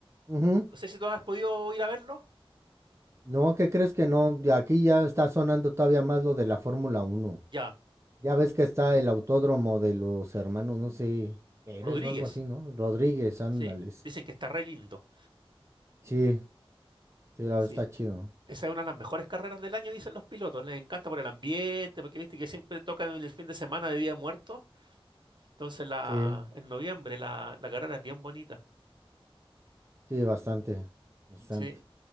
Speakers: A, on the right; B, on the right.
A: ujú.
B: No sé si tú has podido ir a verlos.
A: No, ¿qué crees que no? De Aquí ya está sonando todavía más lo de la Fórmula Uno.
B: Ya,
A: Ya ves que está el autódromo de los hermanos, no sé, Pérez
B: Rodríguez,
A: o algo así, ¿no? Rodríguez, ándale.
B: sí,
A: Sí,
B: dicen que está re lindo.
A: sí, sí, la
B: Sí,
A: verdad está chido.
B: esa es una de las mejores carreras del año, dicen los pilotos. Les encanta por el ambiente, porque viste que siempre tocan en el fin de semana de Día de Muertos. Entonces, la,
A: Sí,
B: en noviembre la, la carrera es bien bonita.
A: sí, bastante, bastante.
B: Sí,